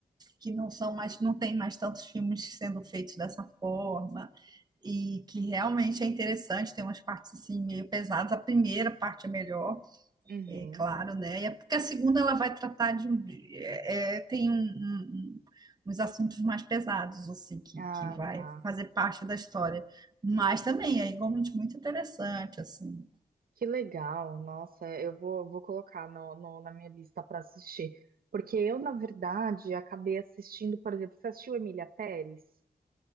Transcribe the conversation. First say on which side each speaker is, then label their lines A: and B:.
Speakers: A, on the right (about 25°); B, on the right (about 80°).
A: que não são mais, não tem mais tantos filmes sendo feitos dessa forma, e que realmente é interessante, tem umas partes assim meio pesadas. A primeira parte é melhor,
B: Uhum.
A: é claro, né? E é porque a segunda ela vai tratar de um, é, é, tem um, um- um- uns assuntos mais pesados, assim, que,
B: Ah,
A: que vai
B: tá.
A: fazer parte da história. Mas também é igualmente muito interessante, assim.
B: Que legal. Nossa, eu vou, vou colocar no, no- na minha lista para assistir. Porque eu, na verdade, acabei assistindo, por exemplo, você assistiu Emília Pérez?